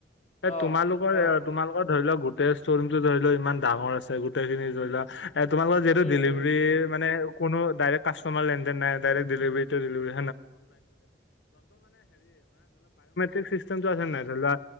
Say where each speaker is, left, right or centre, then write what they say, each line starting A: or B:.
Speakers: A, on the left (about 25°); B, on the left (about 80°).
A: অ'।
B: তোমালোক
A: অ'
B: তোমালোকৰ ধৰি লোৱা গোটেই ষ্টৰ ৰুমটো ধৰি লও ইমান ডাঙৰ আছে, গোটেই খিনি ধৰি লোৱা এ তোমালোকৰ যিহেতু
A: উম
B: ডিভাৰী
A: উম
B: মানে কোনো ডাইৰেক্ট কাষ্টমাৰ না ডাইৰেক দিলিভাটো দিলিভাৰি <unintelligible> চিচটেমটো আছে নে নাই? ধৰি লোৱা